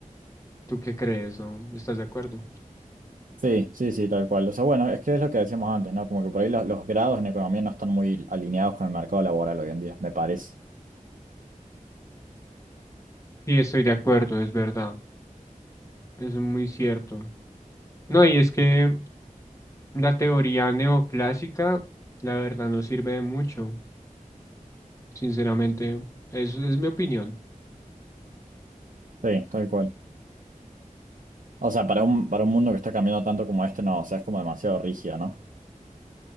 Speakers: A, on the left; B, on the right.
A: ¿Tú qué crees, no? ¿Estás de acuerdo?
B: Sí, sí, sí, tal cual. O sea, bueno, es que es lo que decíamos antes, ¿no? Como que por ahí los, los grados en economía no están muy alineados con el mercado laboral hoy en día, me parece.
A: Sí, estoy de acuerdo, es verdad. Es muy cierto. No, y es que la teoría neoclásica, la verdad, no sirve de mucho, sinceramente. eso es mi opinión.
B: Sí, tal cual. O sea, para un, para un mundo que está cambiando tanto como este, no, o sea, es como demasiado rígida, ¿no?